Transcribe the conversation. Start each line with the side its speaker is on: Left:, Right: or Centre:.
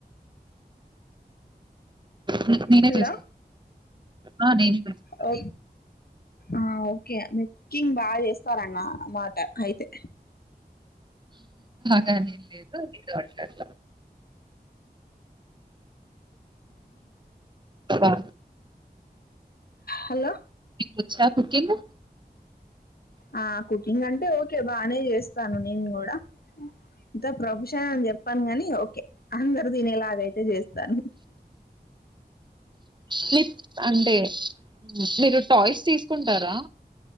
Right: నే నేనే
Left: హలో
Right: చేశాను ఆ నేనే చేశాను
Left: ఓ ఆ ఒకే మీరు కుకింగ్ బా చేస్ తరాయన మా అ అయితే
Right: కానీ లేదు ఏదో అట్టట్ట ఆ
Left: హలో
Right: మీకొచ్చా కుకింగ్
Left: ఆ కుకింగ్ అంటే ఓ ఓకే బానే చేస్తాను నేను గూడా అంత ప్రోబిషన్ అని చెప్ చెప్పను గాని ఓకే అందరు దినే లాగయితే చేస్తాను
Right: షిప్ అంటే మీరు టాయ్స్ తీసుకుంటారా